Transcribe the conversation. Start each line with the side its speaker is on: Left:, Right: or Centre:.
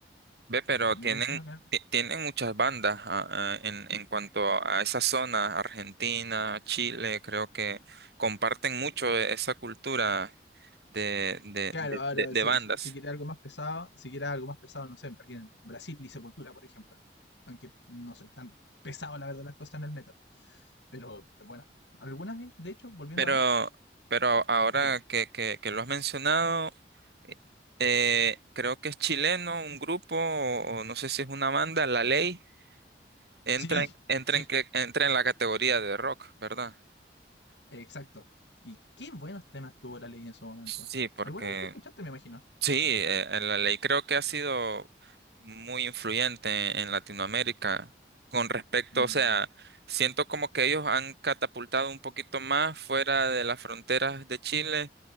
Right: Ve, pero tienen,
Left: Mencióname
Right: ti- tienen muchas bandas ah, ah, en, en cuanto a esa zona, Argentina, Chile, creo que comparten mucho e, esa cultura de, de,
Left: Claro,
Right: de,
Left: ahora
Right: de- de
Left: si,
Right: bandas.
Left: si quiere algo más pesado, si quiere algo más pesado, no sé, alguien Brasil y Sepultura, por ejemplo. Aunque no soy tan pesado, la verdad, las cosas en el metal. Pero eh, bueno, algunas veces, de hecho, volviendo
Right: Pero,
Left: a Alex,
Right: pero
Left: eh,
Right: ahora
Left: diga,
Right: que, que, que lo has mencionado, eh, eh, creo que es chileno, un grupo, o, o no sé si es una banda, La Ley, entra
Left: sí,
Right: en, entra
Left: sí,
Right: en, que, entra en la categoría de rock, ¿verdad?
Left: eh, exacto. Y qué buenos temas tuvo la ley en su momento.
Right: Sí, porque
Left: ¿Alguna vez lo escuchaste, me imagino?
Right: Sí, eh, eh, la ley creo que ha sido muy influyente en Latinoamérica con respecto,
Left: Mm,
Right: o sea, siento como que ellos han catapultado un poquito más fuera de las fronteras de Chile